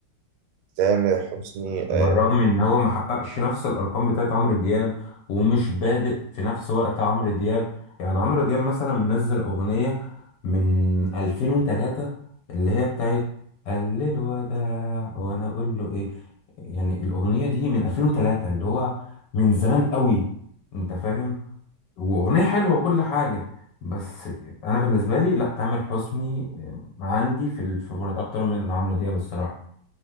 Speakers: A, on the right; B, on the left.
A: تامر حسني
B: بالرغم
A: آه،
B: ان هو ما حققش نفس الارقام بتاعت عمرو دياب ومش بادئ في نفس وقت عمرو دياب يعني عمرو دياب مثلا منزل اغنية من 2003 اللي هي بتاعت قال له الوداع وانا اقول له ايه يعني الاغنية دي من 2003 اللي هو من زمان قوي انت فاهم واغنية حلوة وكل حاجة بس انا بالنسبة لي لا تامر حسني آه، عندي في الفيفوريت اكتر من عمرو دياب الصراحة